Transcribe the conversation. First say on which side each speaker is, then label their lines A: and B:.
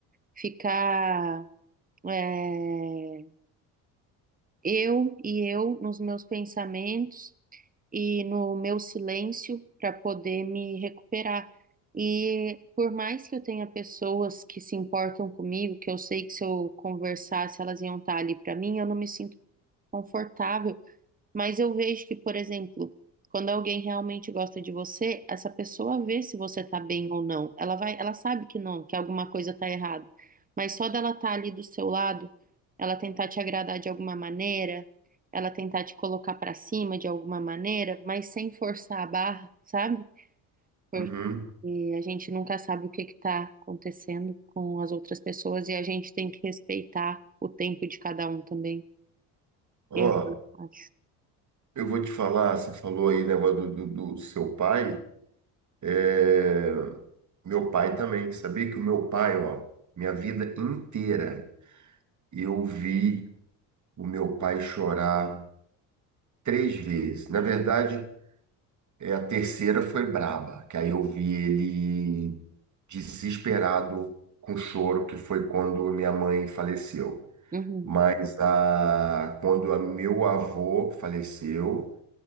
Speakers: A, on the right; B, on the right.
A: ficar. É, eu e eu nos meus pensamentos e no meu silêncio para poder me recuperar. E por mais que eu tenha pessoas que se importam comigo, que eu sei que se eu conversasse elas iam estar ali para mim, eu não me sinto confortável mas eu vejo que, por exemplo, quando alguém realmente gosta de você, essa pessoa vê se você tá bem ou não. Ela vai, ela sabe que não, que alguma coisa tá errada. Mas só dela estar ali do seu lado, ela tentar te agradar de alguma maneira, ela tentar te colocar pra cima de alguma maneira, mas sem forçar a barra, sabe? Porque
B: Uhum.
A: a gente nunca sabe o que que tá acontecendo com as outras pessoas e a gente tem que respeitar o tempo de cada um também,
B: Ó,
A: eu acho.
B: Eu vou te falar, você falou aí negócio do, do, do seu pai. é, Meu pai também. Sabia que o meu pai, ó, minha vida inteira, eu vi o meu pai chorar três vezes. Na verdade, é, a terceira foi braba, que aí eu vi ele desesperado com choro, que foi quando minha mãe faleceu.
A: Uhum.
B: Mas a... quando a meu avô faleceu,